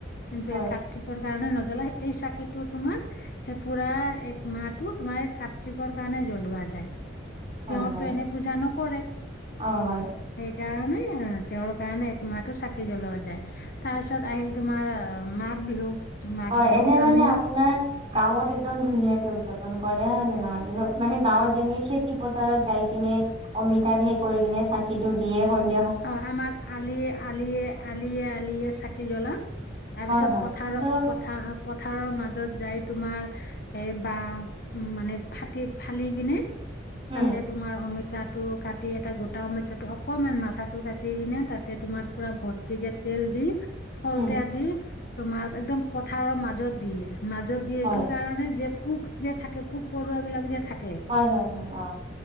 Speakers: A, on the left; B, on the right.
A: কিন্তু
B: হয়
A: এই কাৰ্ত্তিকৰ কাৰণে ন জ্বলাই এই চাকিটো তোমাৰ হেই পুৰা এক মাহটোত তোমাৰ এ কাত্তিৰ্কৰ কাৰণে জ্বলোৱা যায়।
B: হয়
A: তেওঁৰ
B: হয়
A: তো এনে পূজা নকৰে।
B: অ' হয়।
A: সেই কাৰণে তেওঁৰ কাৰণে এক মাহটো‌ চাকি জ্বলোৱা যায়, তাৰ পিছত আহিল তোমাৰ মাঘ বিহু মাঘ
B: হয়,
A: বিহুত
B: এনে মানে
A: আমি
B: আপোনাৰ গাঁৱত একদম ধুনীয়াকে উদজাপন গ্ৰহন‌ কৰে, হয় নে নহয়, কিন্তু মানে গাঁৱত যেনেকে খেতি পথাৰত যায় কিনে, অমিতাৰ হেই কৰি কিনে হে চাকিটো দিয়ে সন্ধি
A: অ', আমাক আলিয়ে-আলিয়ে, আলিয়ে-আলিয়ে চাকি জ্বলাও। তাৰ
B: হয়
A: পিছত
B: হয়
A: পথাৰত
B: কিন্তু
A: পথ পথাৰৰ মাজত যাই তোমাৰ, হেই বাহ উম মানে ফাটি ফালি কিনে
B: উম
A: তাতে তোমাৰ অমিতাটো কাটি এটা গোটা অমিতাটো অকমান মাথাত টো কাটি কিনে তাতে তোমাৰ পুৰা ভৰ্তিকে তেল দি, শলতেয়া
B: উম
A: দি তোমাৰ একদম পথাৰৰ মাজত দিয়ে, মাজত দিয়ে
B: হয়
A: এইটো কাৰণে যে পোক যে থাকে, পোক-পৰুৱা বিলাক যে থাক
B: হয়, হয়, হয়, অ।